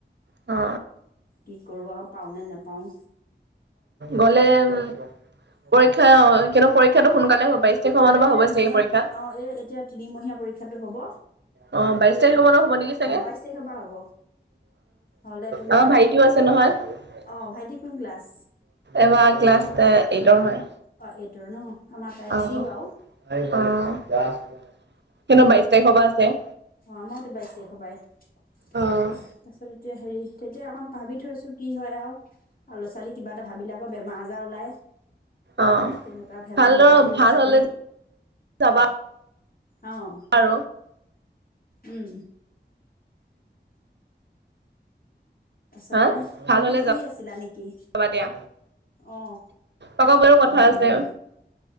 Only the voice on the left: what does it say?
কি কৰো আৰু পাও নে নেপাও
কোৱা
সিহঁতে
এতিয়া
জুনত
অঁ এই এতিয়া তিনিমহীয়া পৰীক্ষাটো হ'ব
অঁ বাইছ তাৰিখৰ পৰা হ'ব হ'লে তোমাৰ
অঁ ভাইটি কোন ক্লাছ
অঁ এইটৰ ন আমাৰ তাই
থ্ৰী
বাৰু
অ আমাৰওতো বাইশ তাৰিখ পায়
তাৰপিছত এতিয়া হেৰি তেতিয়া অকণ ভাবি থৈছো কি হয় আৰু ল'ৰা ছোৱালী কিবা এ ধহাবিলাকৰ বেমাৰ আজাৰ ওলায়
তেনেকুৱা ভেজাল
ওলায়েই
ল'ৰা
ছোৱালীয়ে
অঁ
উম তাৰপাছতে
তুমি
কি
শুই
আছিলা নেকি
অঁ
উম
উম